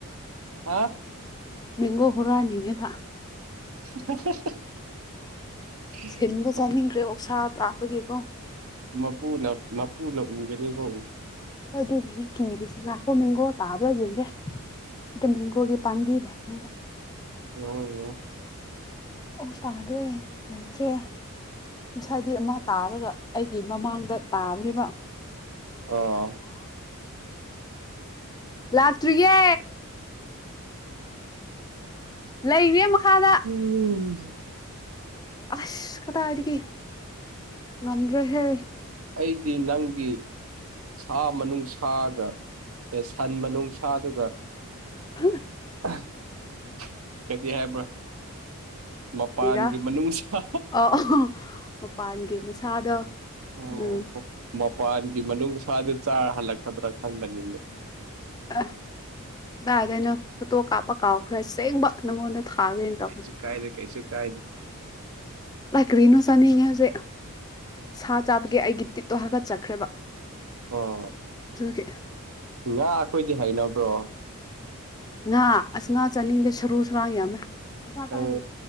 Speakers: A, on the right; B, on the left.
A: ꯑ
B: ꯃꯦꯡꯒꯣ ꯍꯨꯔꯨꯟꯅꯤꯡꯉꯦꯕ
A: <inaudible>
B: ꯁꯤꯟꯕ ꯆꯥꯅꯤꯡꯈ꯭ꯔꯦ ꯑꯣꯛꯁꯥ ꯇꯥꯄꯒꯤꯀꯣ
A: ꯃꯄꯨꯅ ꯃꯄꯨꯅ ꯎꯒꯅꯤꯕꯣ
B: ꯑꯗꯨꯒꯤꯅꯦ ꯀꯤꯔꯤꯁꯤ ꯉꯈꯣ ꯃꯦꯡꯒꯣ ꯇꯥꯕ꯭ꯔꯥ ꯌꯦꯡꯒꯦ ꯑ ꯃꯦꯡꯒꯣꯒꯤ ꯄꯥꯟꯕꯤ ꯂꯩ <inaudible>
A: ꯎꯝ
B: ꯑꯣ ꯇꯥꯗꯦ ꯂꯩꯆꯦ ꯉꯁꯥꯏꯗꯤ ꯑꯃ ꯇꯥꯔꯒ ꯑꯩꯒꯤ ꯃꯃꯥꯡꯗ ꯇꯥꯕꯅꯤꯅ
A: ꯑꯣ
B: ꯂꯥꯛꯇ꯭ꯔꯤꯌꯦ ꯂꯩꯔꯦ ꯃꯈꯥꯗ
A: ꯎꯝ
B: ꯑꯁ ꯀꯗꯥꯏꯗꯗꯤ ꯉꯝꯗ꯭ꯔꯦ ꯍꯦ
A: ꯑꯩꯗꯤ ꯅꯪꯒꯤ ꯁꯥ ꯃꯅꯨꯡ ꯁꯥꯒ ꯑꯦ ꯁꯟ ꯃꯅꯨꯡꯁꯥꯗꯨꯒ
B: <unintelligible>
A: <unintelligible> ꯃꯄꯥꯟꯒꯤ
B: ꯄꯤꯔꯥ
A: ꯃꯅꯨꯡꯁꯥ
B: <unintelligible> ꯃꯄꯥꯟꯒꯤ ꯃꯁꯥꯗ
A: ꯑꯣ
B: ꯎꯝ
A: ꯃꯄꯥꯟꯒꯤ ꯃꯅꯨꯡꯁꯥꯗ ꯆꯥꯔ ꯍꯜꯂꯛꯀꯗ꯭ꯔꯥ ꯈꯟꯕꯅꯤꯅꯦ
B: ꯑ ꯗꯥꯏꯗꯑꯩꯅꯣ ꯐꯣꯇꯣ ꯀꯥꯞꯄ ꯀꯥꯎꯈ꯭ꯔꯦ ꯆꯦꯡꯕ ꯅꯪꯉꯣꯟꯗ ꯊꯥꯒꯦꯅ ꯇꯧꯅꯤ
A: ꯀꯩꯁꯨ ꯀꯥꯏꯗꯦ ꯀꯩꯁꯨ ꯀꯥꯏꯗꯦ
B: ꯂꯥꯏ ꯀ꯭ꯔꯤꯅꯣ ꯆꯥꯅꯤꯡꯉꯦ ꯍꯧꯖꯤꯛ ꯁꯥ ꯆꯥꯕꯒꯤ ꯑꯩꯒꯤ ꯇꯤꯠꯇꯣ ꯍꯥꯀꯠꯆꯠꯈ꯭ꯔꯦꯕ
A: ꯑꯣ
B: <unintelligible>
A: ꯉꯥ ꯑꯩꯈꯣꯏꯗꯤ ꯍꯅꯕ꯭ꯔꯣ
B: ꯉꯥ ꯑꯁ ꯉꯥ ꯆꯥꯅꯤꯡꯗꯦ ꯁꯔꯨ ꯁꯨꯔꯥꯡꯒ ꯌꯥꯝꯃꯦ ꯄꯩꯁꯥ <unintelligible>
A: ꯑ